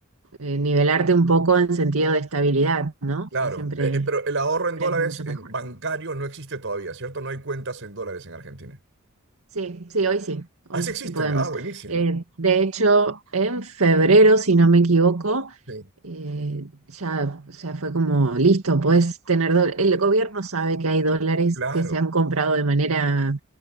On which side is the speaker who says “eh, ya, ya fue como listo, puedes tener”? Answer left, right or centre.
Right